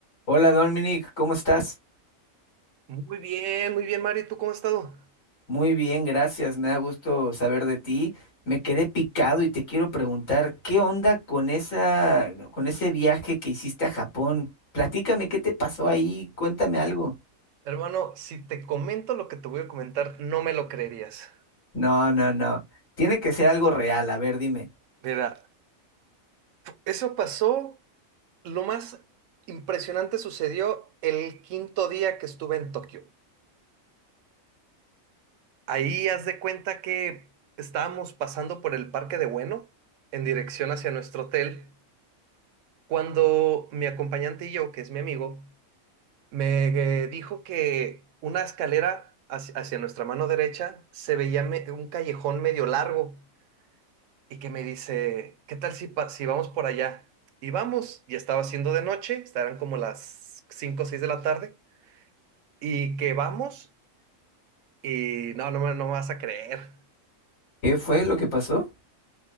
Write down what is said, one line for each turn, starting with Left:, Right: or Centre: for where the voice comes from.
Left: Hola Dominic, ¿cómo estás?
Right: Muy bien, muy bien, Mario. ¿Y tú cómo has estado?
Left: Muy bien, gracias. Me da gusto saber de ti. Me quedé picado y te quiero preguntar, ¿qué onda con esa, con ese viaje que hiciste a Japón? Platícame, ¿qué te pasó ahí? Cuéntame algo.
Right: Hermano, si te comento lo que te voy a comentar, no me lo creerías.
Left: No, no, no. Tiene que ser algo real. A ver, dime.
Right: Mira, eso pasó, lo más impresionante sucedió el quinto día que estuve en Tokio. Ahí haz de cuenta que estábamos pasando por el Parque de Bueno en dirección hacia nuestro hotel, cuando mi acompañante y yo, que es mi amigo, me eh, dijo que una escalera hacia, hacia nuestra mano derecha se veía me- un callejón medio largo. y que me dice, ¿qué tal si, pa- si vamos por allá? Y vamos, ya estaba haciendo de noche, estarán como las 5 o 6 de la tarde, y que vamos, y no, no me, no me vas a creer.
Left: ¿Qué fue lo que pasó?